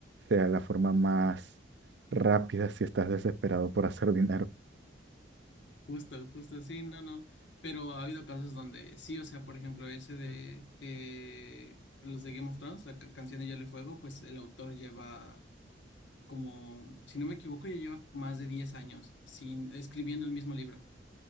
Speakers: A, on the right; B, on the left.
A: sea la forma más rápida si estás desesperado por hacer dinero.
B: Justo, justo, sí, no, no. Pero ha habido casos donde sí, o sea, por ejemplo, ese de eh, los de Game of Thrones, la ca- canción de Hielo y Fuego, pues el autor lleva como, si no me equivoco, ya lleva más de 10 años sin, escribiendo el mismo libro.